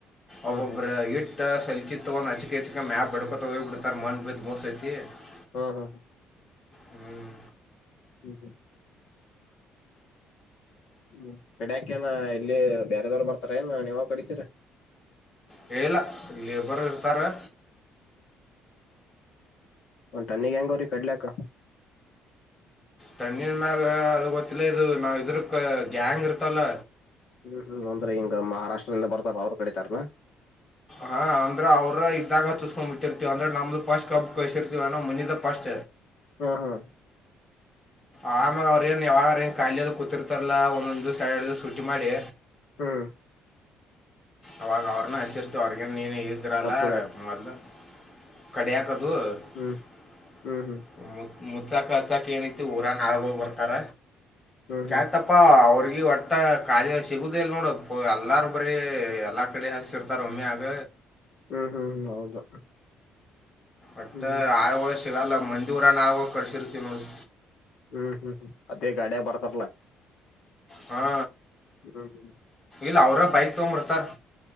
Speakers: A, on the left (about 15°); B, on the left (about 65°).
A: ಒಬ್ಬೊಬರ್
B: ಹ್ಮ್
A: ಇಟ್ಟ. ಸಲಕಿ ತಗೊಂಡು ಅಚ್ಕೆಚ್ಕ ಮ್ಯಾಪ್ ಬಡ್ಕೊತ ಹೋಗಿ ಬಿಡ್ತಾರ. <unintelligible>
B: ಹಾ, ಹಾ
A: ಹ್ಮ್.
B: ಹ್ಮ್ ಹ್ಮ್ ಹ್ಮ್ ಕಡಿಯಕೇನ ಇಲ್ಲಿ ಬೇರೆದವರು ಬರ್ತಾರ ಏನ ನೀವ ಕಡಿತೀರ
A: ಹೇಳಏಲ್ಲ ಲೇಬರ್ ಹತಾರೆ
B: ಒಂಟನ್ನಗ್ ಹೆಂಗೋರಿ ಕಡ್ಲಕ್ಕ
A: ತಣ್ಣನ್ ಮ್ಯಾಗ ಅದು ಗೊತ್ತಿಲ್ಲ ಇದು ನಾವ ಇದ್ರ ಗ್ಯಾಂಗ್ ಇರ್ತಲ್ಲ
B: ಹ್ಮ್ ಹ್ಮ್ ಅಂದ್ರೆ ಹಿಂಗ ಮಹಾರಾಷ್ಟ್ರದಿಂದ ಬರ್ತಾರ ಅವ್ರ ಕಡಿತಾರನ
A: ಹಾ ಅಂದ್ರ ಅವ್ರ ಇದ್ದಾಗ ತುಸ್ಕೊಂಡ್ ಬಿಟ್ಟಿರ್ತವ ಅಂದ್ರೆ ನಮ್ದು ಪಾಷ್ಟ್ ಕಬ್ಬ ಕಶರ್ ಮನ್ನದ ಪಾಷ್ಟ
B: ಹ್ಮ ಹ್ಮ್
A: ಆಮ್ಯಾಗ ಅವ್ರ ಏನ್ ಯಾವಾಗ ಏನ್ಲಿ ಅದ ಕೂತಿರ್ತಾರಲ್ಲ ಒಂದೊಂದ ದಿವಸ ಎರ ಎರಡು ದ ಸುಟ್ಟಿ ಮಾಡಿ
B: ಹಾ
A: ಅವಾಗ ಅವ್ರನ್ನ ಹಚ್ಚಿರ್ತ ಅವ್ರಗ ನೀನು ಇದ್ರಲ್ಲ
B: ಕಬ್ ತುಳ್ಯಾಕ್
A: ಮೊದ ಕಡ <unintelligible>
B: ಹ್ಮ್ ಹ್ಮ್ ಹ್ಮ್
A: ಮುಚ್ಚಾಕ ಹಚ್ಚಾಕ ಏನೈತಿ ಊರನ್ ಆಳಗಳು ಬರ್ತಾರ
B: ಹ್ಮ್
A: ಕ್ಯಾತಪ್ಪ
B: ಹ್ಮ್
A: ಅವ್ರಿಗೆ ಈ ಒಟ್ಟ ಕಾಲಿ ಸಿಗುದ ಇಲ್ ನೋಡು ಎಲ್ಲಾರು ಬರೀ ಅಲ್ಲ ಕಡೆ ಹಸಿರತಾರೋಮ್ಮಿ ಅಗ
B: ಹ್ಮ್ ಹ್ಮ್ ಹ್ಮ್ ಹೌದು
A: ಒಟ್ಟ
B: ಹ್ಮ್
A: ಆಳ್ವಳ ಸಿಗಲ್ಲ ಮಂದಿೂಊರಾನ ಆಳ್ವಳ ಕರ್ಸಿರ್ತಿವಿ ನೋಡಿ
B: ಹ್ಮ್ ಹ್ಮ್ ಹ್ಮ್ ಅದೇ ಗಡಿಯ ಬರ್ತಾರಲ್ಲ
A: ಹಾ
B: ಹ್ಮ್ ಹ್ಮ
A: ಇ ಅವ್ರ ಬೈಕ್ ತಗೊಂಬರ್ತಾರ್